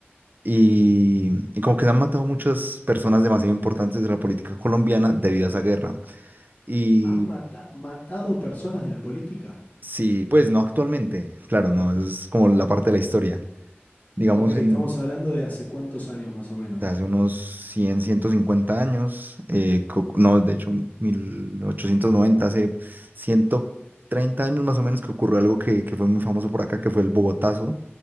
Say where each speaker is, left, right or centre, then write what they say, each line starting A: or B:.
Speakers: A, on the right (about 45°); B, on the left (about 40°).
A: Y, y como que se han matado muchas personas demasiado importantes de la política colombiana debido a esa guerra. Y
B: ¿Han mata- matado personas de la política?
A: sí, pues no actualmente, claro, no, eso es como la parte de la historia. Digamos,
B: Ok, estamos
A: en,
B: hablando de hace cuántos años más o menos.
A: de hace unos cien ciento cincuenta años, eh, co- no, de hecho 1890 hace ciento treinta años más o menos que ocurrió algo que, que fue muy famoso por acá, que fue el Bogotazo,